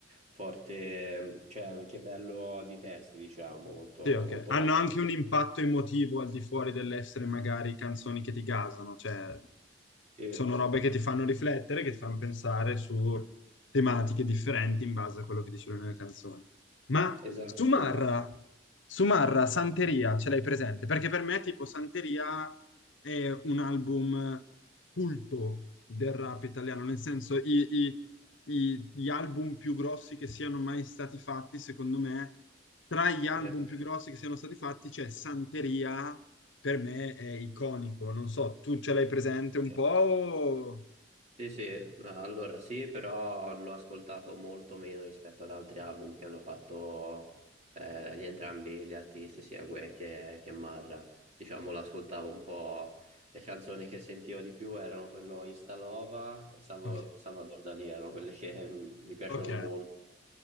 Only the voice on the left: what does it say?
Sì, ok.
Hanno
anche un impatto emotivo al di fuori dell'essere magari canzoni che ti gasano, cioè
sono robe che ti fanno riflettere, che ti fanno pensare su tematiche differenti in base a quello che dicevo nelle canzoni. Ma
Sumarra,
Sumarra, Santeria, ce l'hai presente? Perché per me tipo Santeria è un album culto del rap italiano, nel senso i- i- i- gli album più grossi che siano mai stati fatti, secondo me, tra gli album
più grossi che siano stati fatti c'è Santeria, per me è iconico, non so, tu ce l'hai presente un
po'? o-
Ok,
ok,